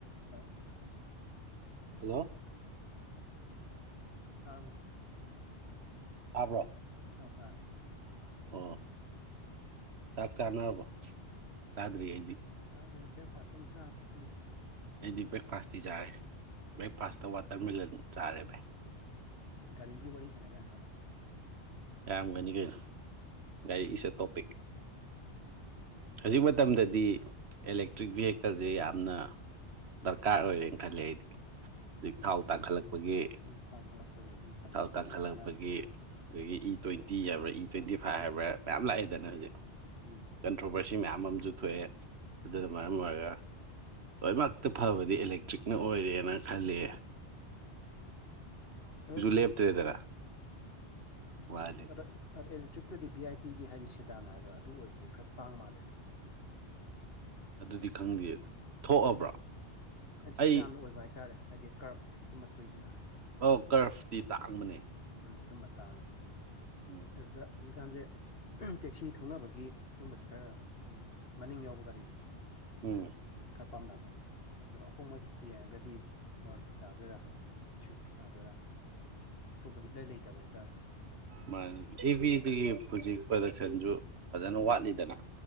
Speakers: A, on the left; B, on the right.
A: hello
B: hello
A: ꯇꯥꯔꯕꯣ
B: ꯇꯥꯕ꯭ꯔꯣ
A: ꯑꯣ ꯇꯥꯔꯦ
B: ꯑꯣ ꯆꯥꯛ ꯆꯥꯅꯔꯕꯣ ꯆꯥꯗ꯭ꯔꯤ ꯑꯩꯗꯤ
A: ꯆꯥꯗ꯭ꯔꯤꯗ ꯕ꯭ꯔꯦꯛꯐꯥꯁꯀ ꯑꯝ ꯆꯥꯗ꯭ꯔꯤꯗ ꯑꯩꯁꯨ
B: ꯑꯩꯗꯤ ꯕ꯭ꯔꯦꯛꯐꯥꯁꯇꯤ ꯆꯥꯔꯦ ꯕ꯭ꯔꯦꯛꯐꯥꯁꯇ ꯋꯥꯇꯔꯃꯦꯂꯟ ꯆꯥꯔꯦ ꯚꯥꯏ
A: ꯒꯥꯔꯤꯒꯤ ꯋꯥꯔꯤ ꯁꯥꯟꯅ ꯌꯥ ꯖꯥꯠꯅ
B: ꯌꯥꯝꯒꯅꯤ ꯀꯩꯅꯣ ꯂꯒꯥꯔꯤ ꯏꯁ ꯑꯦ ꯇꯣꯄꯤꯛ ꯍꯧꯖꯤꯛ ꯃꯇꯝꯗꯗꯤ ꯑꯦꯂꯦꯛꯇ꯭ꯔꯤꯛ ꯚꯦꯍꯤꯀꯜꯁꯦ ꯌꯥꯝꯅ ꯗꯔꯀꯥꯔ ꯑꯣꯏꯔꯦꯅ ꯈꯜꯂꯦ ꯑꯩꯗꯤ ꯍꯧꯖꯤꯛ ꯊꯥꯎ ꯇꯥꯡꯈꯠꯂꯛ ꯄꯒꯤ
A: ꯎꯝ ꯇꯥꯡꯈꯠꯂꯛꯄꯒꯤ ꯑꯗꯨꯒꯤ ꯈꯜꯂꯒꯗꯤ
B: ꯊꯥꯎ ꯇꯥꯡꯈꯠꯂꯛꯄꯒꯤ
A: ꯌꯥꯝ ꯀꯥꯟꯅꯔꯦ
B: ꯑꯗꯒꯤ ꯏ ꯇ꯭ꯋꯦꯟꯇꯤ ꯍꯥꯏꯕ꯭ꯔꯥ ꯏ ꯇ꯭ꯋꯦꯟꯇꯤ ꯐꯥꯏꯚ ꯍꯥꯏꯕ꯭ꯔꯥ ꯃꯌꯥꯝ ꯂꯥꯛꯑꯦꯗꯅ ꯍꯧꯖꯤꯛ
A: ꯎꯝ
B: ꯀꯟꯇ꯭ꯔꯣꯕꯔꯁꯤ ꯃꯌꯥꯝ ꯑꯃꯁꯨ ꯊꯣꯛꯑꯦ ꯑꯗꯨꯅ ꯃꯔꯝ ꯑꯣꯏꯔꯒ ꯂꯣꯏꯃꯛꯇ ꯐꯕꯗꯤ ꯏꯂꯦꯛꯇ꯭ꯔꯤꯛꯅ ꯑꯣꯏꯔꯦꯅ ꯈꯂꯦ
A: ꯑꯗꯨ <unintelligible>
B: ꯂꯦꯞꯇ꯭ꯔꯦꯗꯅ ꯋꯥꯗꯤ
A: ꯑꯗ ꯑꯗ ꯑꯦꯂꯦꯛꯇ꯭ꯔꯤꯛꯇꯗꯤ ꯚꯝ ꯑꯥꯏ ꯄꯤꯒꯤ ꯍꯥꯏꯗꯤ ꯁꯦꯗꯥꯟ ꯍꯥꯏꯕ꯭ꯔꯥ ꯑꯗꯨ ꯑꯣꯏꯕꯁꯦ ꯈꯔ ꯇꯥꯡ ꯃꯥꯜꯂꯦꯅꯦ
B: ꯑꯗꯨꯗꯤ ꯈꯪꯗꯦ ꯊꯣꯛꯑꯕ꯭ꯔꯣ
A: ꯍꯥꯏꯗꯤ
B: ꯑꯩ
A: ꯁꯦꯗꯥꯟ ꯑꯣꯏꯕ ꯍꯥꯏꯇꯥꯔꯦ ꯍꯥꯏꯗꯤ ꯀ꯭ꯔꯐꯀꯨꯝꯕ ꯊꯣꯛꯏꯗꯅ
B: ꯑꯣ ꯀꯔꯐꯇꯤ ꯇꯥꯡꯕꯅꯦ
A: ꯎꯝ ꯑꯗꯨꯝꯕ ꯇꯥꯡꯉꯦ
B: <inaudible>
A: ꯑꯗꯨꯗ ꯍꯧꯖꯤꯛꯀꯥꯟꯁꯦ ꯇꯦꯛꯁꯤ ꯊꯧꯅꯕꯒꯤ ꯗꯨꯝꯕꯁꯦ ꯈꯔ ꯎꯝ ꯃꯅꯤꯡ ꯌꯥꯎꯕ ꯒꯥꯔꯤꯁꯦ
B: ꯎꯝ
A: ꯈꯔ ꯄꯥꯝꯅꯕ ꯑꯗꯨꯗ ꯑꯍꯣꯡꯕ ꯌꯦꯡꯉꯒꯗꯤ ꯃꯔꯨꯇꯤ ꯇꯥꯗꯣꯏꯔꯥ ꯁꯤꯞ ꯇꯥꯗꯣꯏꯔꯥ ꯑꯇꯣꯞꯄꯁꯨ ꯏꯂꯥꯏ ꯂꯩꯇꯕ ꯍꯥꯏꯇꯥꯔꯦ
B: ꯃꯥ ꯇꯤꯚꯤꯗꯨꯒꯤ ꯍꯧꯖꯤꯛ ꯄ꯭ꯔꯗꯛꯁꯟꯁꯨ ꯐꯖꯅ ꯋꯥꯠꯂꯤꯗꯅ